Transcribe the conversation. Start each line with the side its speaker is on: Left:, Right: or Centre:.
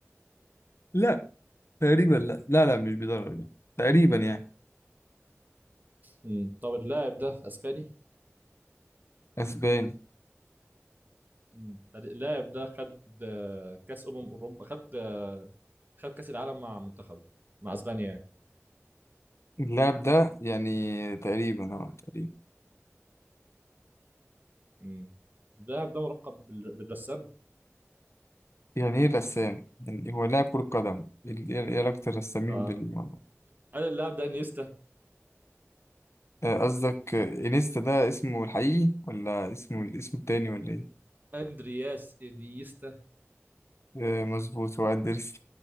Left: لا تقريبا لا لا لا مش بيدرب لا. تقريبا يعني
Right: مم. طب اللاعب ده اسباني
Left: اسباني
Right: مم. فريق- اللاعب ده خد آه، كاس امم اوروبا خد آه، خد كاس العالم مع منتخبه مع اسبانيا يعني
Left: اللاعب ده يعني تقريبا اه تقريبا
Right: مم. اللاعب ده ملقب بال- بالرسام
Left: يعني ايه رسام يعني هو لاعب كرة قدم ال- ايه إيه علاقة الرسامين
Right: اه
Left: بالموضوع
Right: قال اللاعب ده انيستا
Left: آه، قصدك انيستا ده اسمه الحقيقي ولا اسمه الاسم التاني ولا ايه
Right: اندرياس انيستا
Left: آه، مظبوط هو اندرسون